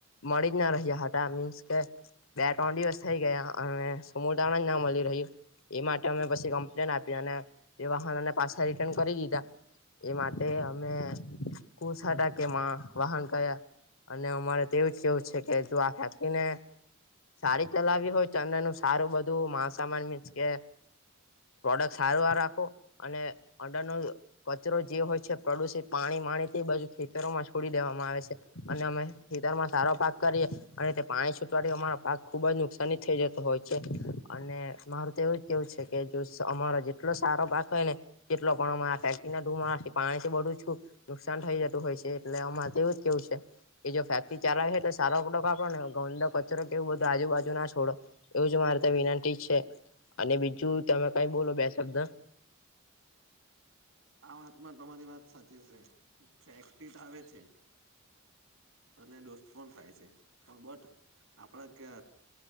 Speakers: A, on the left; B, on the right.
A: મળી જ ના રહ્યા હતા, મીન્સ કે બે ત્રણ દિવસ થઈ ગયા અને સમૂતા જ ના મળી રહ્યું એ માટે અમે પછી કમ્પ્લેન આપી અને તે વાહનો ને પાછા રિટર્ન કરી દીધા એ માટે અમે કોસાડા કેમાં વાહન કયા અને અ મારે તો એવું જ કેવું છે કે તુ આ હેપ્પીને સારી ચલાવી હોય ચંદ્ર નું સારું બધું માસામાન મીન્સ કે પ્રોડક્ટ સારવાર રાખો અને અડરનો કચરો જે હોય છે પ્રદુષિત પાણી માણી તે બાજુ ખેતરોમાં છો છોડી દેવામાં આવે છે, અને અમે ખેતરમાં સારો પાક કરીએ અને તે પાણી છૂટવાથી અમારા પાક ખૂબ જ નુકસાની થઈ જતો હોય છે, અને મારું તો એવું જ કેવું છે કે જો સ અમારો જેટલો સારો પાક હોયને જેટલો પણ મા ફેક્ટરી ના ધુમાડા થી પાણીથી બધુંછુ નુકસાન થઈ જતું હોય છે એટલે અમાર તો એવુજ કેવું છે કે જો ફેક્ટરી ચાલહે તો સારો પ્રોડક્ટ આપડો ને ગોંદો કચરો કે એવું બધું આજુબાજુ ના છોડો એવું જ મારે ત વિનંતી જ છે અને બીજું તમે કઈ બોલો બે શબ્દ
B: આ વાતમાં તમારી વાત સાચી શે ફકરીટ તો આવે શે અને દોસ્ત પણ થાય છે પણ બટ આપડાકા